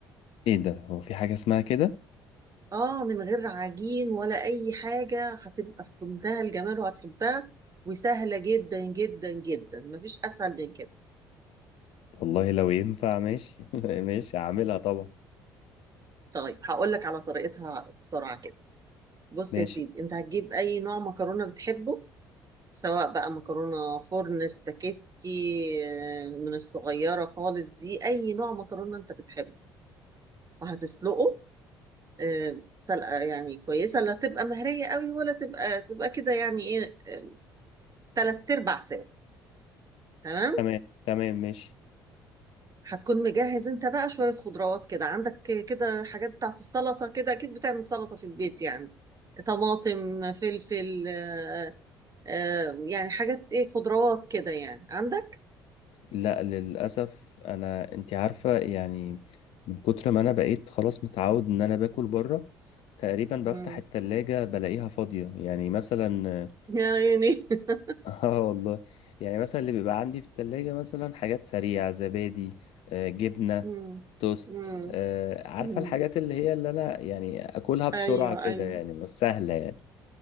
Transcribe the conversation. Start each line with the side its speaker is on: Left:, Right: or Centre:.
Left: ايه ده هو في حاجة اسمها كده
Right: اه من غير عجين ولا اي حاجه هتبقى في منتهى الجمال وهتحبها وسهله جدا جدا جدا مفيش اسهل من كده
Left: والله لو ينفع ماشي <laughs> ماشي هعملها طبعا
Right: طيب هقول لك على طريقتها بسرعه كده بص
Left: ماشي
Right: يا سيدي انت هتجيب اي نوع مكرونه بتحبه سواء بقى مكرونه فرن سباكيتي آه، من الصغيره خالص دي اي نوع مكرونه انت بتحبه وهتسلقه آه، سلقة يعني كويسة لا تبقى مهرية قوي ولا تبقى تبقى كده يعني ايه آه، تلات ارباع سوا تمام
Left: تمام تمام ماشي
Right: هتكون مجهز انت بقى شوية خضروات كده عندك ك- كده حاجات بتاعت السلطة كده اكيد بتعمل سلطة في البيت يعني طماطم فلفل آه، آه، يعني حاجات ايه خضروات كده يعني عندك
Left: لا للأسف انا انتي عارفة يعني من كتر ما انا بقيت خلاص متعود ان انا باكل بره تقريبا بفتح
Right: مم.
Left: التلاجة بلاقيها فاضية يعني مثلا
Right: يا عيني <laughs>
Left: <laughs> اه والله يعني مثلا اللي بيبقى عندي في التلاجة مثلا حاجات سريعة زبادي آه، جبنة
Right: مم.
Left: توست
Right: مم.
Left: آه، عارفة
Right: مم.
Left: الحاجات اللي هي اللي أنا يعني أكلها بسرعة
Right: ايوه
Left: كده
Right: ايوه
Left: يعني بس سهلة يعني